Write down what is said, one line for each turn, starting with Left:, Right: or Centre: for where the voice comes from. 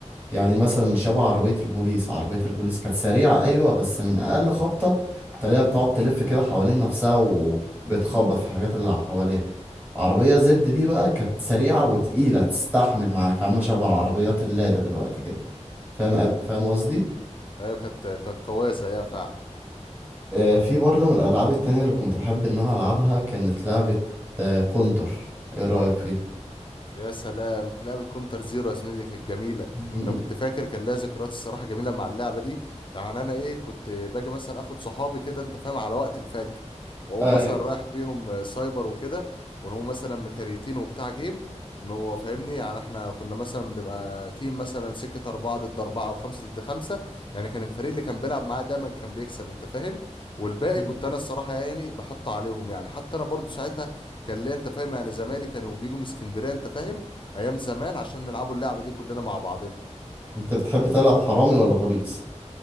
Right: يعني
Left: امم
Right: مثلا مش شبه عربيه البوليس عربيه البوليس كانت سريعه ايوه بس من اقل خبطه تلاقيها بتقعد تلف كده حوالين نفسها وبتخبط في الحاجات اللي حواليها عربيه زد دي بقى كانت سريعه وتقيله تستحمل معاك عامله شبه العربيات اللاده دلوقتي كده فاهم
Left: امم
Right: فاهم قصدي
Left: أيوة كانت كانت قوية زيها فعلا
Right: آه، في برضه من الألعاب التانية اللي كنت بحب إن أنا ألعبها كانت لعبة آه، كونتر إيه رأيك فيها؟
Left: يا سلام كل لعبة كونتر زيرو يا زميلي دي كانت جميلة
Right: م-
Left: أنا كنت فاكر كان لها ذكريات الصراحة جميلة مع اللعبة دي يعني أنا إيه كنت باجي مثلا آخد صحابي كده أنت فاهم على وقت الفجر وأقوم
Right: أيوة
Left: مثلا رايح بيهم آه، سايبر وكده ونقوم مثلا مكاريتين وبتاع جيم إنه فاهمني يعني إحنا كنا مثلا بنبقى تيم مثلا سكة أربعة ضد أربعة أو خمسة ضد خمسة يعني كان الفريق اللي كان بيلعب معاه دايما كان بيكسب أنت فاهم والباقي
Right: م.
Left: كنت أنا الصراحة يعني بحط عليهم يعني حتى أنا برضو ساعتها كان ليه انت فاهم يعني زمايلي كانوا بيجوا من اسكندريه انت فاهم ايام زمان عشان نلعبوا اللعبه دي كلنا مع بعضنا
Right: كنت بتحب تلعب حرامي ولا بوليس؟